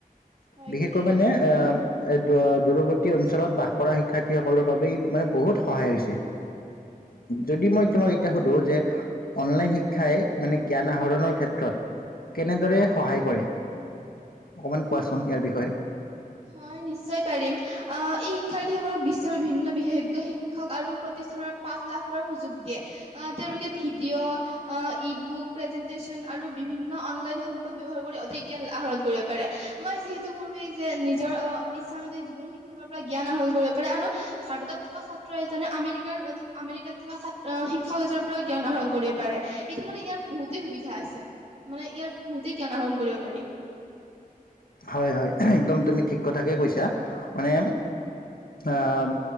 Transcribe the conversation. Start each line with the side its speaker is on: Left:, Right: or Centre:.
Right: হয়
Left: বিশেষকৈ
Right: ঠিকেই কৈছা।
Left: মানে আ' এ দূৰৱৰ্তী অঞ্চলত বাস কৰা শিক্ষাৰ্থীসকলৰ বাবে মানে বহুত সহায় হৈছে। যদি মই তোমাক এতিয়া সুধো যে অনলাইন শিক্ষাই মানে জ্ঞান আহৰণৰ ক্ষেত্ৰত। কেনেদৰে সহায় কৰে। অকমান কোৱাচোন ইয়াৰ বিষয়ে?
Right: হয় নিশ্চয় পাৰিম। অ' এই শিক্ষাৰ্থীসকলক বিশ্বৰ বিভিন্ন বিশেষজ্ঞ শিক্ষক আৰু প্ৰতিষ্ঠানৰ পাঠ লাভ কৰাৰ সুযোগ দিয়ে, অ' তেওঁলোকে ভিডিঅ', অ' ই বুক, প্ৰেজেন্টেচন আৰু বিভিন্ন অনলাইন সম্পদ ব্যৱহাৰ কৰি অতিকে জ্ঞান আহৰণ কৰিব পাৰে মই যিহেতু কলো এই যে নিজৰ অ', ইচ্ছা অনুযায়ী যিকোনো শিক্ষকৰ পৰা জ্ঞান আহৰণ কৰিব পাৰে আৰু ভাৰতত থকা ছাত্ৰ এজনে আমেৰিকাৰ আমেৰিকাত থকা শিক্ষক এজনৰ পৰাও জ্ঞান আহৰণ কৰিব পাৰে, এইটো মানে ইয়াৰ বহুতেই সুবিধা আছে মানে ইয়াৰ বহুতেই জ্ঞান আহৰণ কৰিব পাৰি।
Left: হয় হয় একদম তুমি ঠিক কথাকে কৈছা, মানে, আহ